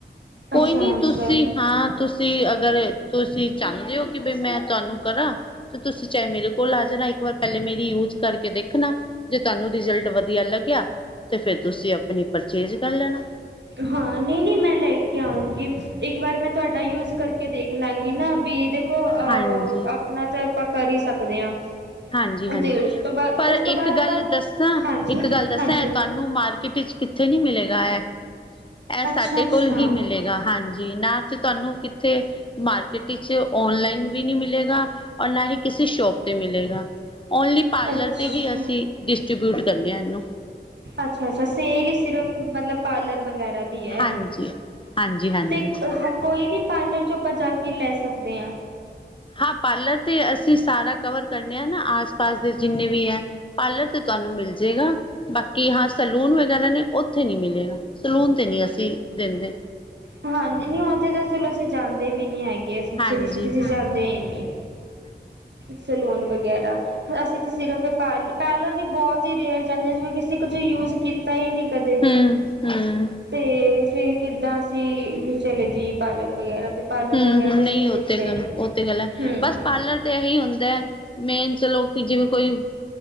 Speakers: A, on the left (about 30°); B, on the right (about 75°).
A: ਕੋਈ
B: ਅੱਛਾ
A: ਨੀ
B: ਅੱਛਾ
A: ਤੁਸੀਂ, ਹਾਂ ਤੁਸੀਂ ਅਗਰ ਤੁਸੀਂ ਚਾਹੁੰਦੇ ਹੋ ਕਿ ਬਈ ਮੈਂ ਤੁਹਾਨੂੰ ਕਰਾਂ, ਤੇ ਤੁਸੀਂ ਚਾਹੇ ਮੇਰੇ ਕੋਲ ਆ ਜਾਣਾ ਇੱਕ ਵਾਰ ਪਹਿਲੇ ਮੇਰੀ ਯੂਜ਼ ਕਰਕੇ ਦੇਖਣਾ ਜੇ ਤੁਹਾਨੂੰ, ਰਿਜਲਟ ਵਧੀਆ ਲੱਗਿਆ ਤੇ ਫੇਰ ਤੁਸੀਂ ਆਪਣੀ ਪਰਚੇਜ਼ ਕਰ ਲੈਣਾ।
B: ਹਾਂ ਨਹੀਂ- ਨਹੀਂ ਮੈਂ ਲੈ ਕੇ ਆਉਗੀ ਇੱਕ ਵਾਰ ਮੈਂ ਤੁਹਾਡਾ ਯੂਜ ਕਰਕੇ ਦੇਖ ਲਾਂਗੀ ਨਾ ਵੀ ਇਹਦੇ, ਦੇਖੋ ਅਹ
A: ਹਾਂਜੀ
B: ਆਪਣਾ ਤਾਂ ਆਪਾਂ ਕਰ ਹੀ ਸਕਦੇ ਹਾਂ।
A: ਹਾਂਜੀ- ਹਾਂਜੀ
B: ਤੇ ਉਸ ਤੋਂ ਬਾਅਦ
A: ਪਰ
B: ਉਸ ਤੋਂ ਬਾਅਦ
A: ਇੱਕ
B: ਆਪਾਂ
A: ਗੱਲ ਦੱਸਾਂ-
B: ਹਾਂਜੀ
A: ਇੱਕ ਗੱਲ ਦੱਸਾਂ
B: ਹਾਂਜੀ
A: ਐ ਤੁਹਾਨੂੰ- ਨੂੰ ਮਾਰਕੀਟ ਵਿੱਚ ਕਿੱਥੇ ਨਹੀਂ ਮਿਲੇਗਾ ਐ। ਇਹ ਸਾਡੇ
B: ਅੱਛਾ ਅੱਛਾ
A: ਕੋਲ ਹੀ ਮਿਲੇਗਾ ਹਾਂਜੀ, ਨਾ ਤੇ ਤੁਹਾਨੂੰ ਕਿੱਥੇ ਮਾਰਕੀਟ ਚ ਆਨਲਾਈਨ ਵੀ ਨਹੀਂ ਮਿਲੇਗਾ ਔਰ ਨਾ ਹੀ ਕਿਸੇ ਸ਼ੋਪ ਤੇ ਮਿਲੇਗਾ। ਓਨਲੀ ਪਾਰਲਰ
B: ਅੱਛਾ
A: ਤੇ ਹੀ ਅਸੀਂ ਡਿਸਟਰੀਬਿਊਟ ਕਰਨੇ ਹਾਂ ਇਹਨੂੰ।
B: ਅੱਛਾ- ਅੱਛਾ ਸੇਲ ਹੀ ਸਿਰਫ ਮਤਲਬ ਪਾਰਲਰ ਵਗੈਰਾ- ਹੁੰਦੀ ਹੈ ਇਹਦੀ
A: ਹਾਂਜੀ। ਹਾਂਜੀ-ਹਾਂਜੀ
B: ਤੇ ਕੋਈ ਵੀ ਪਾਰਲਰ ਚ ਆਪਾਂ ਜਾ ਕੇ ਲੈ ਸਕਦੇ ਹਾਂ।
A: ਹਾਂ ਪਾਰਲਰ ਤੇ ਅਸੀਂ ਸਾਰਾ ਕਵਰ ਕਰਨੇ ਆ ਨਾ ਆਸ- ਪਾਸ ਦੇ ਜਿੰਨੇ ਵੀ ਹੈ। ਪਾਰਲਰ ਤੇ ਤੁਹਾਨੂੰ ਮਿਲ ਜੇਗਾ ਬਾਕੀ ਹਾਂ ਸੈਲੂਨ ਵਗੈਰਾ ਨੇ ਉੱਥੇ ਨਹੀਂ ਮਿਲੇਗਾ। ਸਲੂਨ 'ਤੇ ਨਹੀਂ, ਅਸੀਂ ਦਿੰਦੇ।
B: ਹਾਂਜੀ, ਨਹੀਂ ਉੱਥੇ ਤਾਂ ਚਲੋ ਅਸੀਂ ਜਾਂਦੇ ਵੀ ਨਹੀਂ ਹੈਗੇ। ਅੱਛਾ
A: ਹਾਂਜੀ-ਹਾਂਜੀ
B: ਜੀ ਤੁਸੀ ਜਾਂਦੇ ਹੀ ਨੀ। ਸੈਲੂਨ ਵਗੈਰਾ ਅਸੀਂ ਤੇ ਸਿਰਫ, ਪ ਪਾਰਲਰ ਵੀ ਬਹੁਤ ਹੀ ਰੇਅਰ ਜਾਂਦੇ ਸੀਂ, ਕਿਸੇ ਕੁਝ ਯੂਜ ਕੀਤਾ ਹੀ ਨਹੀਂ ਕਦੇ।
A: ਹੂੰ -ਹੂੰ।
B: ਤੇ ਫੇਰ, ਕਿੱਦਾਂ ਅਸੀਂ ਵੀ ਚਲੇ ਜਈਏ ਪਾਰਲਰ ਵਗੈਰਾ। ਤੇ ਪਾਰਲਰ
A: ਹੂੰ
B: ਵਗੈਰਾ
A: -ਹੂੰ
B: ਤੇ ਅਸੀਂ
A: ਨਹੀਂ
B: ਫਿਰ
A: ਉਹ ਤੇ
B: ਗਏ
A: ਗੱਲ ਉਹ ਤੇ ਗੱਲ ਹੈ,
B: ਹੂੰ
A: ਬਸ ਪਾਰਲਰ ਤੇ ਇਹੀ ਹੁੰਦਾ ਹੈ। ਮੇਨ ਚਲੋ, ਕਿ ਜਿਵੇਂ ਕੋਈ